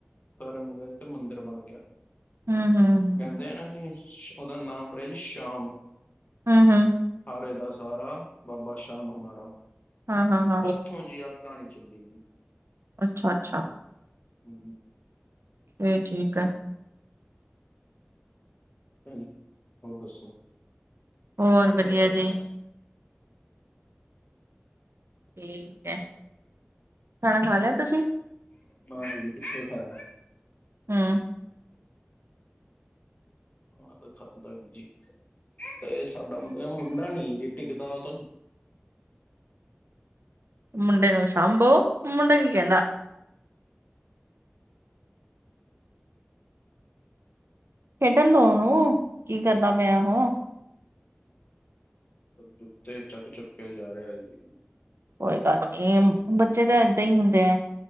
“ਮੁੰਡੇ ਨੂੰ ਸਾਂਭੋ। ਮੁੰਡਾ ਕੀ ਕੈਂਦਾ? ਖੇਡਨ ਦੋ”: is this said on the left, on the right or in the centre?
Right